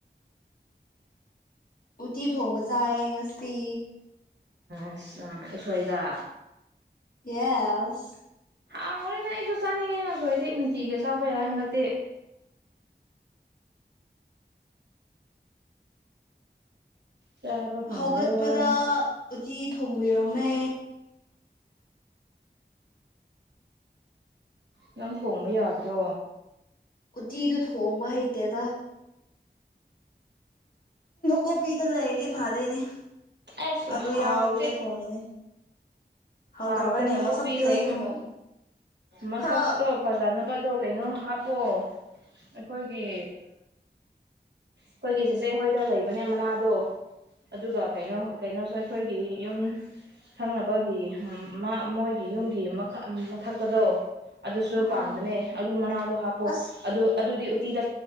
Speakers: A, on the left; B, on the right.
A: ꯎꯇꯤ ꯊꯣꯡꯕ ꯆꯥꯏ ꯉꯁꯤ꯫
B: ꯑꯁ ꯎꯁꯣꯏꯗ꯫
A: ꯌꯦꯁ꯫
B: ꯑꯥꯎꯔꯦꯅꯦ ꯑꯩꯁꯨ ꯆꯥꯅꯤꯡꯉꯦꯅꯦ ꯅꯨꯡꯇꯤꯒ ꯆꯥꯕ ꯌꯥꯏ ꯍꯟꯗꯛꯇꯤ꯫ ꯆꯥꯕ ꯐꯪꯗꯕꯩ
A: ꯍꯧꯒꯠꯄꯗ
B: ꯋꯥꯅꯦ
A: ꯎꯇꯤ ꯊꯣꯡꯕꯤꯔꯝꯃꯦ꯫
B: ꯅꯪ ꯊꯣꯡꯕ ꯌꯥꯗ꯭ꯔꯣ꯫
A: ꯎꯇꯤꯗꯨ ꯊꯣꯡꯕ ꯍꯩꯇꯦꯗ꯫ ꯀꯣꯕꯤꯗꯨ ꯂꯩꯔꯤ ꯐꯥꯗꯣꯏꯅꯦ
B: ꯑꯁ
A: ꯑꯗꯨ
B: ꯍꯥꯎꯇꯦ
A: ꯌꯥꯎꯗꯕꯤꯗ ꯊꯣꯡꯉꯤꯅꯦ꯫ ꯍꯥꯎ
B: ꯍꯥꯎꯇꯦ
A: ꯇꯕ꯭ꯔꯅꯦ
B: ꯅꯥꯀꯨꯞꯄꯤꯗꯣ
A: ꯃꯁꯛ ꯐꯖꯩ
B: ꯎꯝ
A: ꯀꯩꯅꯣ
B: ꯃꯁꯛꯇꯣ
A: ꯈꯔ꯫
B: ꯐꯖꯅꯕꯗꯣ ꯀꯩꯅꯣ ꯍꯥꯞꯄꯑꯣ ꯑꯩꯈꯣꯏꯒꯤ꯫ ꯑꯩꯈꯣꯏꯒꯤ ꯆꯦꯆꯦ ꯍꯣꯏꯗ ꯂꯩꯕꯅꯦ ꯃꯅꯥꯗꯣ꯫ ꯑꯗꯨꯒ ꯀꯩꯅꯣ ꯀꯩꯅꯣꯁꯨ ꯑꯩꯈꯣꯏꯒꯤ ꯌꯨꯝ ꯁꯪꯅꯕꯒꯤ꯫ ꯃꯣꯏꯒꯤ ꯌꯨꯝꯒꯤ ꯃꯊꯛꯇꯗꯣ꯫ ꯑꯗꯨꯁꯨ
A: ꯎꯝ
B: ꯄꯥꯟꯕꯅꯦ ꯑꯗꯨ ꯃꯅꯥꯗꯣ ꯍꯥꯞꯄꯣ꯫
A: ꯑꯁ
B: ꯑꯗꯨ ꯑꯗꯨꯗꯤ ꯎꯇꯤꯗ